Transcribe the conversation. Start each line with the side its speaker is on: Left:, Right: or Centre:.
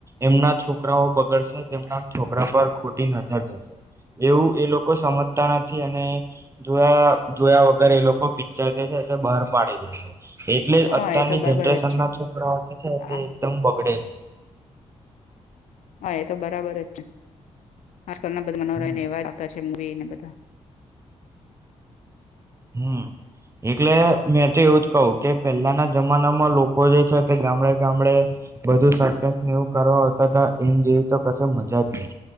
Right: એમના છોકરાઓ બગડશે. તેમના છોકરા પર ખોટી નજર જશે એવું એ લોકો સમજતા નથી અને જોયા જોયા વગર એ લોકો પિક્ચર દ છે બહાર પાડી દેશે. એટલે
Left: હા
Right: અત્યારની
Left: એ તો બરાબર
Right: જનરેશન
Left: જ છે.
Right: ના છોકરાઓ જે છે
Left: હા
Right: તે એકદમ બગડે છે
Left: હા એ તો બરાબર જ છે. આજકાલના બધા મનો
Right: હમ
Left: ને એવા આવતા. એ ને બધા
Right: હમ એટલે મેં તો એવું જ કવ કે પહેલાના જમાનામાં લોકો જે છે તે ગામડે ગામડે બધું સરકસ એવું કરવા આવતા હતા એમ જેવી તો ક મજા જ નથી.